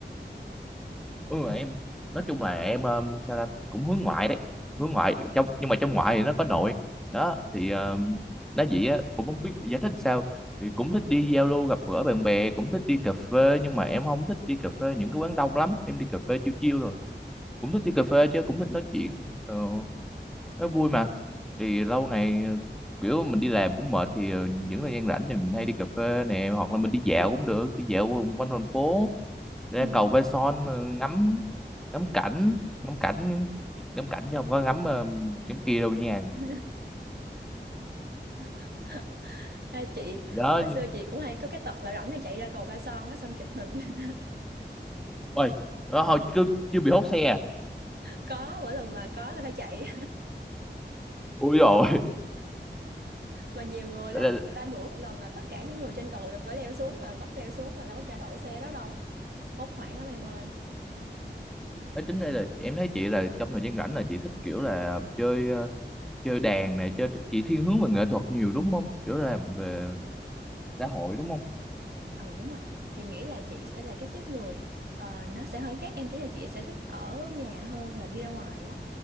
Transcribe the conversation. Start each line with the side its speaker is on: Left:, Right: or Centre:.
Centre: ừ em nói chung là em um, sao ta cũng hướng ngoại đấy hướng ngoại trong nhưng mà trong ngoại thì nó có nội đó thì um, nói vậy á cũng không biết giải thích sao thì cũng thích đi giao lưu gặp gỡ bạn bè cũng thích đi cà phê nhưng mà em không thích đi cà phê những cái quán đông lắm em đi cà phê chill chill rồi cũng thích đi cà phê chứ cũng thích nói chuyện ờ, nó vui mà thì lâu ngày kiểu mình đi làm cũng mệt thì ờ, những thời gian rảnh thì mình hay đi cà phê nè hoặc là mình đi dạo cũng được đi dạo quanh thành phố ra
Right: ừ.
Centre: cầu Ba Son ờ, ngắm ngắm cảnh ngắm cảnh ngắm, cảnh chứ không có ngắm ờ, ngắm kia đâu nha
Right: Ừ. <laughs> Ha, chị
Centre: đó
Right: hồi
Centre: nhưng-
Right: xưa chị cũng hay có cái tật là rảnh là chạy ra cầu Ba Son á xong chụp hình <laughs>
Centre: ôi đó, hồi chưa, chưa bị hốt xe à
Right: có mỗi lần mà có là phải chạy
Centre: ui rồi
Right: <laughs> mà nhiều người
Centre: <laughs>
Right: lắm người ta đuổi một lần là tất cả những người trên cầu là phải leo xuống mà bắt leo xuống mà đâu có cho đậu xe đó đâu hốt hoảng lắm em ơi
Centre: Ê, tính đây là em thấy chị là trong thời gian rảnh là chị thích kiểu là chơi ờ, chơi đàn này chơi chị thiên hướng về nghệ thuật nhiều đúng không kiểu là về xã hội đúng không
Right: Ừ đúng rồi, chị nghĩ là chị sẽ là cái tiếp người ờ, nó sẽ hơi khác em tí là chị sẽ thích ở nhà hơn là đi ra ngoài á.